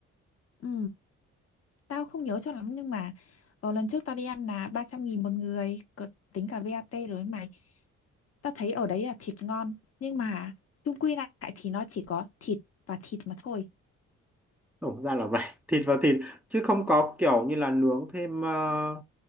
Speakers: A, on the left; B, in the centre.
A: ừ, tao không nhớ cho lắm nhưng mà ờ, lần trước tao đi ăn là ba trăm nghìn một người cỡ- tính cả VAT rồi ấy mày tao thấy ở đấy là thịt ngon nhưng mà chung quy lại thì nó chỉ có thịt và thịt mà thôi
B: Ồ, ra là vậy <laughs> thịt vào thịt chứ không có kiểu như là nướng thêm ờ,